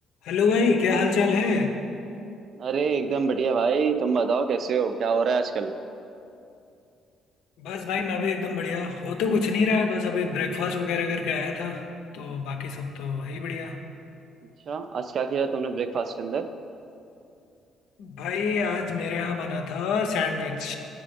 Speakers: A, on the left; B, on the right.
A: हेलो भाई क्या हाल चाल है
B: अरे एकदम बढ़िया भाई तुम बताओ कैसे हो क्या हो रहा है आजकल
A: बस भाई मैं भी एकदम बढ़िया हो तो कुछ नहीं रहा है बस अभी ब्रेकफास्ट वगैरह करके आया था तो बाकी सब तो है ही बढ़िया
B: अच्छा आज क्या किया तुमने ब्रेकफास्ट के अंदर
A: भाई आज मेरे यहाँ बना था सैंडविच